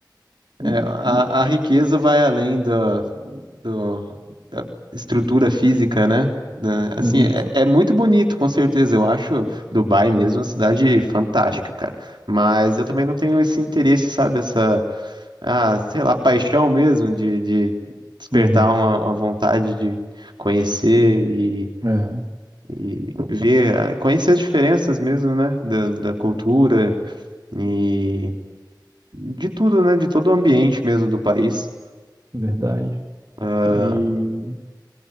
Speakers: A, on the right; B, on the right.
A: hum,
B: É, a,
A: hum,
B: a riqueza vai além da do, da estrutura física, né? Da- assim,
A: muito.
B: é, é muito bonito, com certeza. Eu acho Dubai mesmo uma cidade fantástica, cara. Mas eu também não tenho esse interesse, sabe? Essa, ah, sei lá, paixão mesmo de, de despertar
A: Uhum.
B: uma, uma vontade de conhecer e,
A: É,
B: e ver, ah, conhecer as diferenças mesmo, né? Da, da cultura e de tudo, né? De todo o ambiente mesmo do país.
A: verdade.
B: Ah,
A: E,